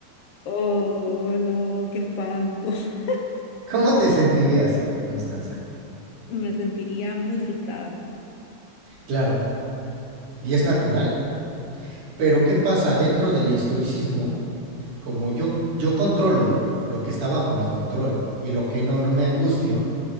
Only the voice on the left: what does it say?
oh no, qué espanto. <laughs>
Me sentiría muy frustrada.